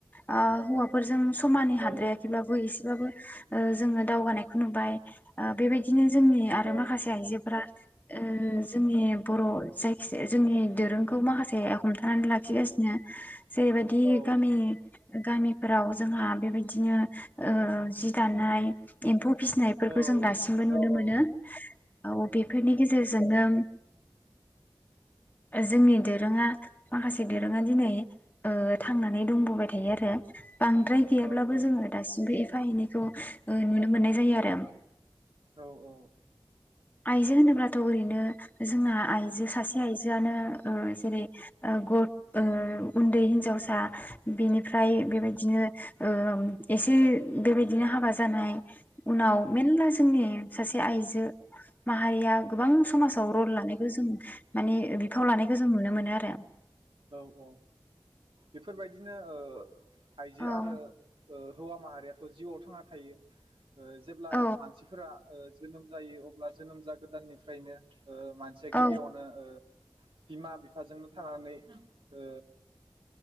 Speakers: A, on the left (about 20°); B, on the right (about 75°).
A: ओ हौवा फोरजों समानै हाद्रायाखैब्लाबो
B: औ
A: एसेबाबो ओ जोङो दावगानायखौ नुबाय ओ बेबायदिनो जोंनि आरो
B: औ
A: माखासे आइजोफोरा ओ जोंनि बर' जायखिजाया जोंनि दोरोंखौ माखासे हमथानानै लाखिगासिनो। जेरैबायदि
B: औ
A: गामि गामिफोराव जोंहा बेबायदिनो ओ जि दानाय एम्फौ फिसिनायफोरखौ
B: औ
A: जों दासिमबो नुनो
B: औ
A: मोनो
B: औ
A: औ बेफोरनि गेजेरजोंनो जोंनि दोरोङा माखासे दोरोङा दिनै ओ थांनानै दंबोबाय थायो आरो। बांद्राय गैयाब्लाबो
B: औ औ
A: जोङो दासिमबो ए फा एनैखौ ओ नुनो मोननाय जायो आरो
B: औ औ
A: आइजो होनोब्लाथ' ओरैनो जोंना आइजो सासे सासे आइजोआनो ओ जेरै ओ ग ओ उन्दै हिनजावसा बेनिफ्राय बेबायदिनो ओ एसे बेबायदिनो हाबा जानाय उनाव मेरला जोंनि सासे आइजो माहारिया गोबां समासाव रल लानायखौ जों माने बिफाव लानायखो जों नुनो मोनो आरो
B: औ औ बेफोरबायदिनो ओ आइजो
A: औ
B: आरो ओ हौवा माहारियाथ' जिउआव थांना थायो ओ जेब्ला
A: औ
B: मानसिफोरा ओ जोनोम जायो अब्ला जोनोम जागोदाननिफ्रायनो ओ मानसिया
A: औ
B: गिबियावनो ओ बिमा बिफाजोंनो थानानै ओ